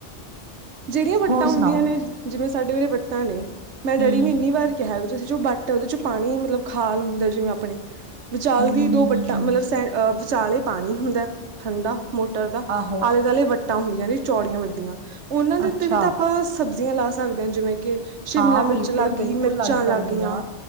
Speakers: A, on the right; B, on the right.
A: ਜਿਹੜੀਆਂ ਵੱਟਾਂ
B: ਹੋਰ ਸੁਣਾਓ?
A: ਹੁੰਦੀਆਂ ਨੇ ਜਿਵੇਂ ਸਾਡੇ ਵੇਰੇ ਵੱਟਾਂ ਨੇ ਮੈਂ ਡੈਡੀ
B: ਹੂੰ,
A: ਨੇ ਇੰਨੀ ਵਾਰ ਕਿਹਾ ਜੇ ਚ ਵੱਟ ਹੈ ਉਹਦੇ ਚੋਂ ਪਾਣੀ ਮਤਲਬ ਖਾਲ ਹੁੰਦਾ ਜਿਵੇਂ ਆਪਣੇ ਵਿਚਾਲ
B: ਹੂੰ-ਹੂੰ-ਹੂੰ-ਹੂੰ-ਹੂੰ,
A: ਦੀ ਦੋ ਵੱਟਾ ਮਤਲਬ ਸ ਅਹ ਵਿਚਾਲ ਇਹ ਪਾਣੀ ਹੁੰਦਾ ਠੰਡਾ। ਮੋਟਰ ਦਾ
B: ਆਹੋ,
A: ਆਲੇ ਦੁਆਲੇ ਵੱਟਾਂ ਹੁੰਦੀਆਂ ਨੇ ਚੌੜੀਆਂ ਵੱਡੀਆਂ ਉਹਨਾਂ ਦੇ
B: ਅੱਛਾ।
A: ਉੱਤੇ ਵੀ ਤਾਂ ਆਪਾਂ ਸਬ ਜੀਆ ਲਾ ਸਕਦੇ ਹ ਜਿਵੇਂ ਕਿ ਸ਼ਿਮਲਾ
B: ਹਾਂ
A: ਮਿਰਚ
B: ਬਿਲਕੁਲ
A: ਲੱਗ
B: ਬਿਲਕੁਲ
A: ਗਈ ਮਿਰਚਾਂ ਲੱਗ
B: ਸਕਦੀ
A: ਗਈਆਂ,
B: ਆ